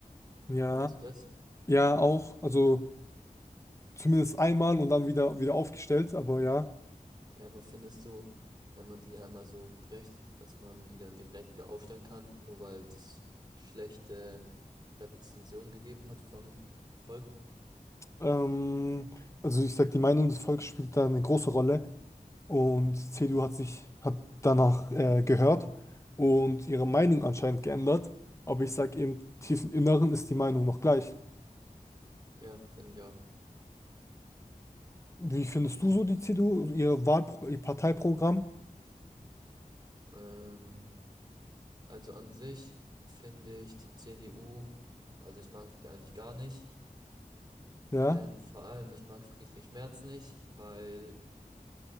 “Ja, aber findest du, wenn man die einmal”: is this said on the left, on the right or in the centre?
Right